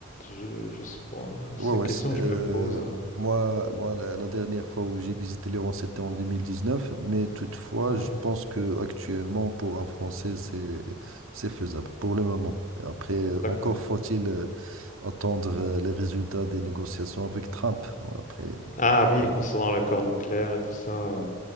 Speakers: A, on the left; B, on the right.
A: Je, je sais pas,
B: Ouais,
A: c'est
B: ouais.
A: une question
B: c'est-
A: que
B: euh,
A: je me pose.
B: moi, moi la, la dernière fois où j'ai visité l'Iran, c'était en 2019. mais toutefois,
A: Ouais,
B: je pense que actuellement, pour un Français, c'est c'est faisable pour le moment. Et Après, euh,
A: d'accord.
B: encore faut-il euh, attendre euh, les résultats des négociations avec Trump. Après,
A: Ah oui, concernant l'accord nucléaire et tout ça. euh,